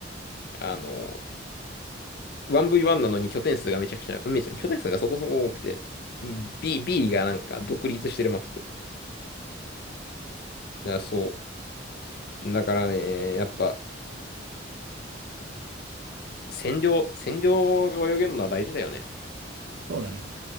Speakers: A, on the left; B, on the right.
A: あの、1V1 なのに拠点数がめちゃくちゃ、めちゃ、拠点数がそこそこ多くて、B、B がなんか独立してるマップ。いや、そう。だからね、やっぱ、占領、占領が泳げるのは大事だよね。
B: そうだね。